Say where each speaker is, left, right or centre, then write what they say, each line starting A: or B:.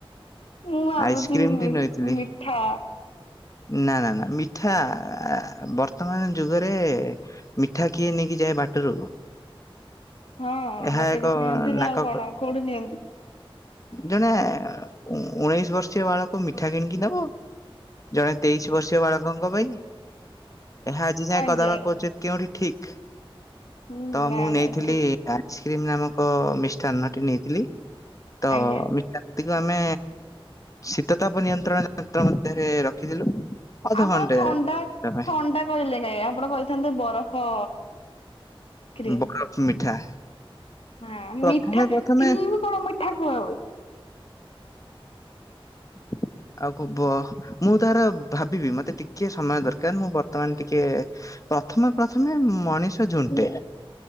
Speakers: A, on the left (about 80°); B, on the left (about 35°).
A: ମୁଁ ଭାବୁଛି
B: ଆଇସ୍କ୍ରିମ ଟି ନେଇଥିଲି।
A: ମିଠା।
B: ନା ନା ନା ମିଠା ବର୍ତ୍ତମାନ ଯୁଗରେ ମିଠା କିଏ ନେଇକି ଯାଏ ବାଟରୁ।
A: ହଁ
B: ଏହା
A: ବାଟରେ
B: ଏକ
A: ନିଅନ୍ତିନି
B: ନାକକ
A: ଆଉ କଣ କୋଉଠୁ ନିଅନ୍ତି।
B: ଜଣେ ଉଣେଇଶ ବର୍ଷୀୟ ବାଳକ ମିଠା କିଣିକି ନବ। ଜଣେ ତେଇଶି ବର୍ଷୀୟ ବାଳକଙ୍କ ପାଇଁ ଏହା ଆଜି ଯାଏ
A: ଆଜ୍ଞା
B: କଦବା କୋଚିତ୍ କେଉଁଠି ଠିକ
A: ହୁଁ
B: ତ
A: ନା
B: ମୁଁ ନେଇଥିଲି
A: ନା ଠିକ
B: ପାଛ୍ରୀ ନାମକ ମିଷ୍ଟାର୍ନ ଟି ନେଇଥିଲି ତ
A: ଆଜ୍ଞା
B: ମିଠା ତାକୁ ଆମେ ଶୀତ ତାପ ନିୟନ୍ତ୍ରଣ ଯନ୍ତ୍ର ମଧ୍ୟରେ ରଖିଥିଲୁ। ଅଧଘଣ୍ଟେ
A: ଆପଣ ଥଣ୍ଡା
B: ତା ପାଇଁ
A: ଥଣ୍ଡା କହିଲେ କାଇଁ ଆପଣ କହିଥାନ୍ତେ ବରଫ କ୍ରିମ୍।
B: ବରଫ ମିଠା।
A: ହଁ
B: ପ୍ରଥମେ
A: ମିଠା
B: ପ୍ରଥମେ
A: କ୍ରିମ କଣ ମିଠା କୁହା ହୁଏ।
B: <inaudible> ଆଉ କବ ମୁଁ ତାର ଭାବିବି ମତେ ଟିକେ ସମୟ ଦରକାର ମୁଁ ବର୍ତ୍ତମାନ ଟିକେ ପ୍ରଥମେ ପ୍ରଥମେ ମଣିଷ ଝୁଣ୍ଟେ